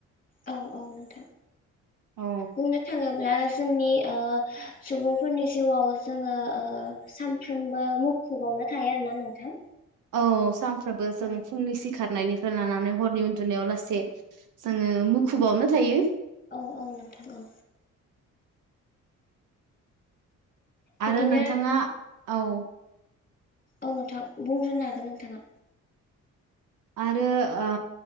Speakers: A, on the left (about 30°); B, on the right (about 80°).
A: औ औ नोंथां
B: औ
A: बुंनो थाङो ब्ला जोंनि ओ सुबुंफोरनि जिउआव जोङो ओ सानफ्रोमबो मु खुबावनो थायो आरोना नोंथां
B: औ सानफ्रोबो जों
A: औ
B: फुंनि सि खारनायनिफ्राय लानानै हरनि उन्दुनायाव लासै जोङो मुखुबावनो थायो।
A: औ औ नोंथां औ बिदिनो
B: आरो नोंथाङा औ
A: औ नोंथां बुंग्रोनो हागोन नोंथाङा
B: आरो ओ